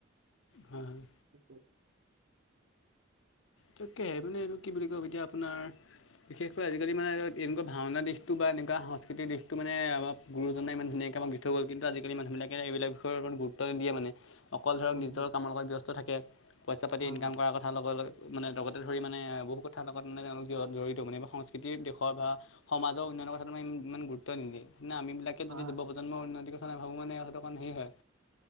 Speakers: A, on the left; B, on the right.
A: হয় হয়
B: উ।
A: তাককেহে মানে এইটো কি বুলি কব এতিয়া আপোনাৰ। বিশেষকৈ আজিকালি মানে এনেকুৱা ভাওনা দিশটো বা এনেকুৱা সাংস্কৃতিক দিশটো মানে। গৰুজনে ইমান ধুনীয়াকে দি থৈ গ'ল কিন্তুজালি মানুহবিলাকে এইবিলাকত বিষৰ ওপৰত ইমান গুৰুত্ব নিদিয়ে মানে। অকল ধৰক
B: গুড
A: নিজৰ কামৰ লগত ব্যস্ত থাকে পইচা পাতি
B: হয়
A: ইনকাম
B: হয়
A: কৰাৰ কথা লগে লগ। মানে লগতে ধৰি মানে বহুত কথা লগাত মানে তেওঁলোক জত জড়িত মানে সংস্কৃতিৰ দেশৰ বা। সমাজৰ উন্নয়নৰ কথাত ইমান গুৰুত্ব নিদিয়ে নে আমি বিলাক। কে
B: হয়
A: যদি
B: হয়
A: জিব প্ৰজন্মই উনতি কথা নাভাবো অকণ হে হয়।